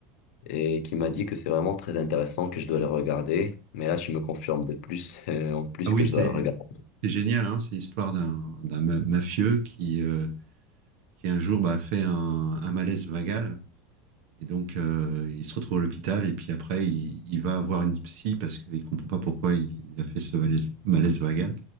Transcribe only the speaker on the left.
et qui m'a dit que c'est vraiment très intéressant, que je dois le regarder. Mais là, tu me confirmes de plus, <laughs> euh, en plus
que je
dois le regarder.